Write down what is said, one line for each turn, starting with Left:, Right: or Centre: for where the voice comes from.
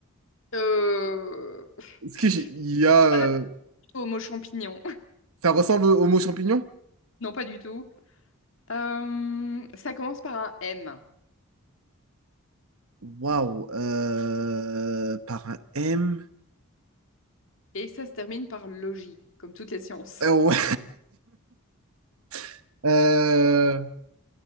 Left: Euh... <laughs>
Right: Est-ce que j'ai- il y a...
Left: Pas
Right: euh,
Left: du tout au mot champignon. <laughs>
Right: Ça ressemble au mot champignon?
Left: Non, pas du tout. Euh, ça commence par un M
Right: Waouh. euh, Par un M.
Left: et ça se termine par logis, comme toutes les sciences.
Right: Euh, ouais. <laughs> Euh,